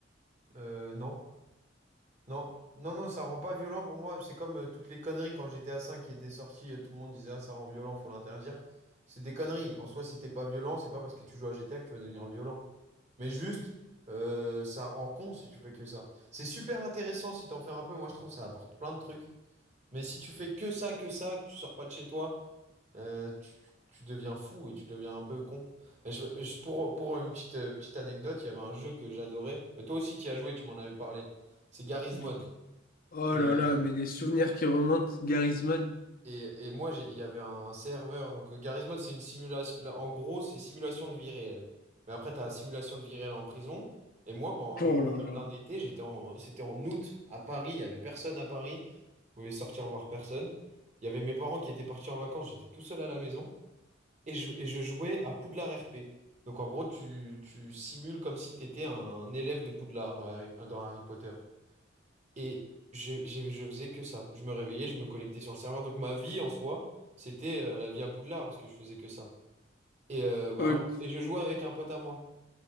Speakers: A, on the right; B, on the left.
A: Euh, non, non, non, non, ça rend pas violent pour moi. C'est comme euh, toutes les conneries quand GTA 5 qui était sorti, euh, tout le monde disait ah, ça rend violent, faut l'interdire. C'est des conneries. En soi, si t'es pas violent, c'est pas parce que tu joues à GTA que tu vas devenir violent. Mais juste, euh, ça rend con si tu fais que ça. C'est super intéressant si t'en fais un peu. Moi, je trouve ça apporte plein de trucs. Mais si tu fais que ça, que ça, que tu sors pas de chez toi, Euh, tu, tu deviens fou et tu deviens un peu con. Mais je- je- pour, pour une petite, euh, petite anecdote, il y avait un jeu que j'adorais. Mais toi aussi, tu y as joué, tu m'en avais parlé. C'est Garry's
B: Du-
A: Mod.
B: Oh
A: Et,
B: là
A: euh,
B: là, mais les souvenirs qui remontent, Garisman.
A: et, et moi, j'ai- il y avait un serveur. Donc, euh, Garry's Mod, c'est une simulation. là, En gros, c'est simulation de vie réelle. Mais après, tu as simulation de vie réelle en prison. Et moi, pendant,
B: Oh
A: je me rappelle
B: là là.
A: d'un été, j'étais en, c'était en août à Paris. Il y avait personne à Paris. Je pouvais sortir voir personne. Il y avait mes parents qui étaient partis en vacances. J'étais tout seul à la maison. et je, et je jouais à Poudlard RP. Donc en gros, tu, tu simules comme si tu étais un élève de Poudlard dans Harry, dans Harry Potter. Et je, je, je faisais que ça. Je me réveillais, je me connectais sur le serveur. Donc ma vie en soi, c'était euh, la vie à Poudlard parce que je faisais que ça. Et, euh, bah,
B: Ok.
A: un- et je jouais avec un pote à moi